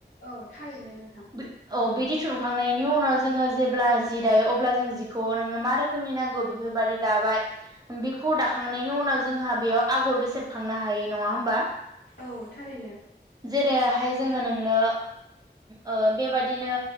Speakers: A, on the left; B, on the right.
A: औ थारैनो नोंथां
B: बि औ बिदि थुनखांनायनि उनाव जोङो जेब्ला जि दायो अब्ला जों जि खौ नोंनो मा रोखोमनि नांगौ बिफोरबायदि दाबाय बिखौ दाखांनायनि उनाव जोंहा बेयाव आग गरबो सेबखांनो हायो नङा होमबा
A: औ थारैनो
B: जेरैहाय जोङो नोंनो ओ बेबादिनो